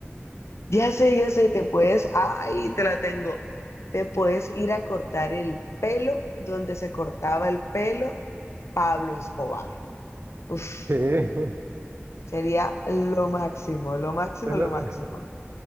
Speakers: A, on the left (about 80°); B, on the right (about 60°).
A: Ya sé, ya sé, te puedes, ay, te la tengo. Te puedes ir a cortar el pelo donde se cortaba el pelo Pablo Escobar. Uf,
B: ¿Qué? <laughs>
A: sería lo máximo, lo máximo,
B: Solo-
A: lo máximo.